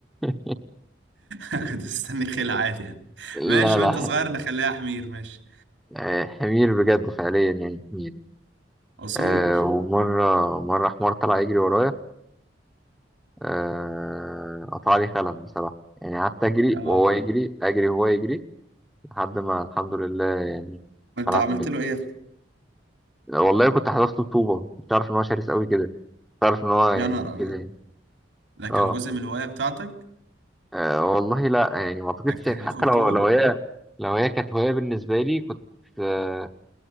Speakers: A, in the centre; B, on the right.
A: <laughs>
B: كنت مستني خيل عادي يعني
A: لا
B: ماشي
A: لا
B: وأنت صغير نخليها حمير ماشي
A: آه، حمير بجد فعليا يعني حمير
B: أصول
A: أه ومرة مرة حمار طلع يجري ورايا أه قطع لي خلف بصراحة يعني قعدت أجري
B: يا نهار
A: وهو يجري
B: أبيض
A: أجري وهو يجري لحد ما الحمد لله يعني
B: أنت
A: خلعت
B: عملت
A: منه
B: له إيه؟ يا ابني؟
A: والله كنت حذفته بطوبة كنت عارف إن هو شرس أوي كده كنت عارف إن هو يعني
B: يا نهار أبيض
A: كده يعني.
B: ده كان
A: اه
B: جزء من الهواية بتاعتك
A: أه والله لا يعني ما اعتقدش
B: انك تحذفه
A: يعني حتى
B: بطوبه
A: لو لو هي لو هي كانت هوايه بالنسبه لي كنت أه